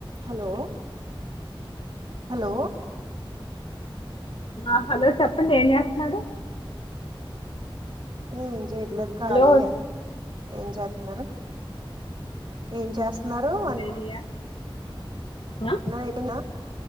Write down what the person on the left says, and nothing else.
ఆ hello చెప్పండి ఏం చేస్తున్నరు.
హలో
లేనియా ఆ